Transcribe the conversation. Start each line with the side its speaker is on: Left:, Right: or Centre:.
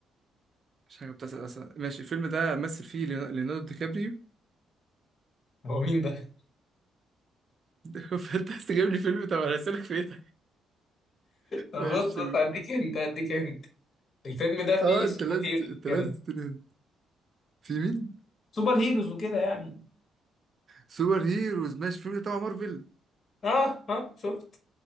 Right: مش حاجة بتحصل أصلا ماشي الفيلم ده مثل فيه ليون- ليوناردو دي كابريو
Left: هو مين ده <laughs>
Right: <laughs> فانت عايز تجيب لي فيلم طب انا هسألك في ايه طيب
Left: طب
Right: ماشي
Left: بص بص
Right: تمام.
Left: هديك انت هديك انت الفيلم ده
Right: اه
Left: فيه
Right: انت
Left: سوبر
Right: لازم
Left: هيروز
Right: انت
Left: كده
Right: لازم تنهد في مين؟
Left: سوبر هيروز وكده يعني
Right: سوبر هيروز ماشي الفيلم ده تبع مارفل
Left: اه اه شفت